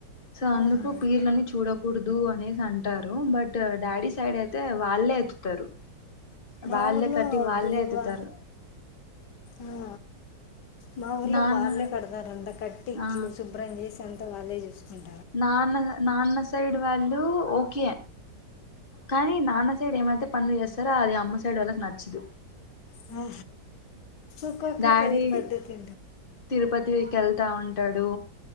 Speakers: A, on the left; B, on the left.
A: సో అందుకు
B: ఆహా
A: పీర్లని చూడ కూడదు అనేసి అంటారు బట్ డాడీ సైడ్ అయితే వాళ్ళే ఎతుతారు
B: మా
A: వాళ్లే
B: ఊర్లో
A: కట్టి వాళ్ళే
B: దువా
A: ఎత్తుతారు
B: ఆ మా ఊర్లో
A: నాన్న
B: వాళ్ళే కడతారు అంత కట్టి ఇట్లు
A: ఆ
B: శుభ్రం చేసి అంత అంతా వాళ్లే చూసుకుంది
A: నాన్న నాన్న సైడ్ వాళ్ళు ఓకే కానీ నాన్న సైడ్ ఏమైతే పనులు చేస్తారో అది అమ్మ సైడ్ వాళ్ళకి నచ్చదు
B: హా ఒక్కక్క
A: డాడీ
B: తీరు పద్ధతి
A: తిరుపతికి వెళ్తా ఉంటాడు